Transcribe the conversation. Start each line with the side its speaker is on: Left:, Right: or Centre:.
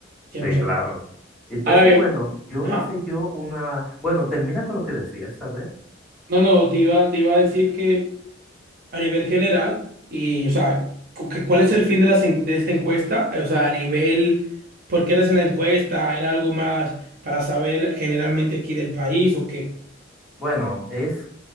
Right: cien
Centre: Sí,
Right: por ciento
Centre: claro. Entonces,
Right: Ahora bien,
Centre: bueno, yo
Right: ajá.
Centre: hice yo una, bueno, termina con lo que decías, a ver.
Right: No, no, te iba, te iba a decir que a nivel general, y, o sea, cu- que, ¿cuál es el fin de, las en- de esta encuesta? Eh, O sea, a nivel. ¿Por qué eres en la encuesta? ¿Era algo más para saber generalmente aquí del país o qué?
Centre: Bueno, es